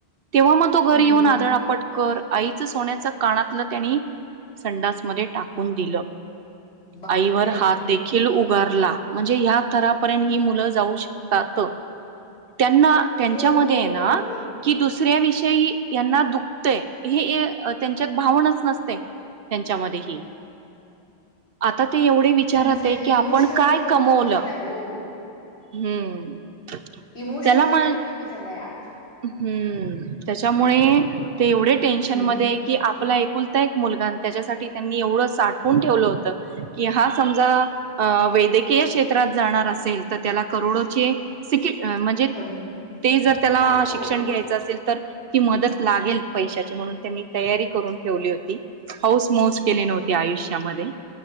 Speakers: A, on the right (about 65°); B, on the left (about 80°).
A: तेव्हा मग तो
B: हं,
A: घरी येऊन
B: हं.
A: आदळपट कर आईचं सोन्याच कानातलं त्यानी संडासमध्येध्ये टाकून दिलं
B: बापरे
A: आईवर हात देखील उ गारला. म्हणजे ह्या थरापर्यंत ही मुलं जाऊ शकतात त्यांना त्यांच्यामध्ये
B: हो हो
A: आहे ना
B: हो
A: की दुस विषयी यांना दुखतेय हे त्यांच्यात भावनाच नसते. त्यांच्यामध्येही आता ते एवढे विचारात
B: त्यांचा
A: आहे की
B: इमोशनल
A: आपण काय
B: लेवल
A: कमवलं
B: कमी झालाय हो
A: हम्म
B: इमोशनल
A: त्याला मग
B: लेवल कमी झालाय आ
A: हम्म. त्याच्यामुळे ते एवढे टेन्शन
B: हं,
A: मध्ये आहे की आप पला एककुलता एक मुलगा आणि त्याच्यासाठी त्यांनी एवढं साठवून ठेवलं होत की हा समजा वैद्यकीय क्षेत्रात जाणार असेल तर त्याला करोडोचे सी
B: हो
A: ते जर त्याला
B: हो
A: शिक्षण
B: हो
A: घ्यायचं असेल तर ती मदत लागेल पैशाची म्हणून त्यांनी तयारी करून ठेवली होती हौस मौज केली नव्हती आयुष्यामध्ये.